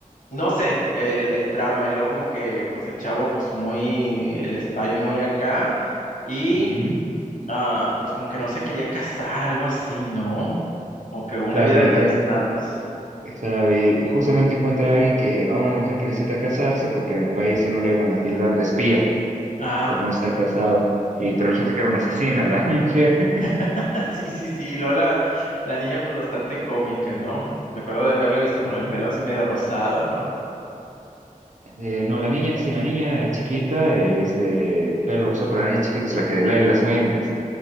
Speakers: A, on the left (about 65°); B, on the right (about 60°).
A: no sé, el, el trama, y luego como que, pues el chavo, pues muy, el spy muy acá. y
B: Ujú.
A: ah, pues como que no se quería casar, algo así, ¿no? O que una
B: Claro,
A: vida
B: pero
A: de casados.
B: te- claro, y justamente encuentra a alguien que, a una mujer que necesita casarse porque en el país si no la iban a tildar de espía
A: Ah,
B: por no estar casada. Y, pero resulta que era una asesina la <laughs> mujer.
A: <laughs> sí, sí, sí. Luego la, la niña, pues bastante cómica, ¿no? Me acuerdo de haberla visto con
B: <laughs>
A: el pelo así medio rosado, ¿no?
B: Eh, no, la niña, sí, la niña chiquita es de pelo rosado, pero la niña chiquita es la que lee las mentes.